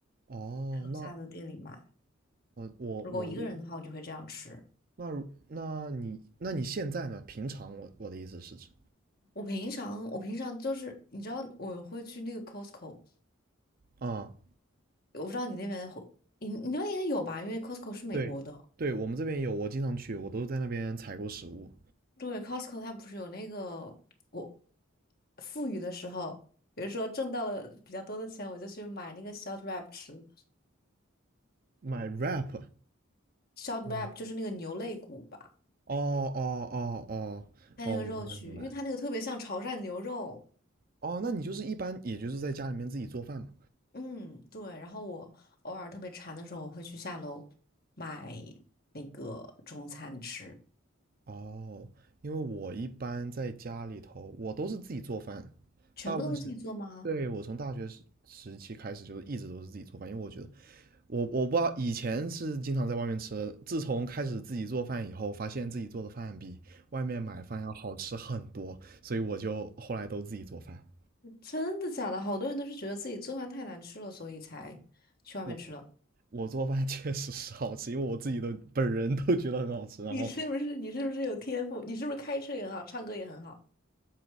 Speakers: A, on the right; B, on the left.
A: 哦，
B: 在楼下的店里买。
A: 那哦，我我一
B: 如果我一个人的话，我就会这样吃。
A: 那如那你那你现在呢？平常我我的意思是指
B: 我平常我平常就是你知道我会去那个 Costco，
A: 啊，
B: 我不知道你那边会，你你那边应该有吧？因为 Costco 是美国的。
A: 对对，我们这边有，我经常去，我都在那边采购食物，
B: 对，Costco 它不是有那个我富裕的时候，比如说挣到了比较多的钱，我就去买那个 short rib 吃。
A: 买 wrap。
B: short
A: 嗯，
B: rib 就是那个牛肋骨吧，
A: 哦哦哦哦哦，
B: 它那个肉去，
A: 明白明白。
B: 因为它那个特别像潮汕牛肉。
A: 哦，那你就是一般也就是在家里面自己做饭嘛？
B: 嗯，对。然后我偶尔特别馋的时候，我会去下楼买那个中餐吃。
A: 哦，因为我一般在家里头，我都是自己做饭，
B: 全部都是自己做吗？
A: 大部分是。对，我从大学时时期开始，就是一直都是自己做饭，因为我觉得我我不知道，以前是经常在外面吃，自从开始自己做饭以后，发现自己做的饭比外面买饭要好吃很多，所以我就后来都自己做饭。
B: 真的假的？好多人都是觉得自己做饭太难吃了，所以才去外面吃了。
A: 我我做饭 <laughs> 确实是好吃，因为我自己都本人都觉得很好吃。然后
B: 你是不是你是不是有天赋？你是不是开车也很好，唱歌也很好？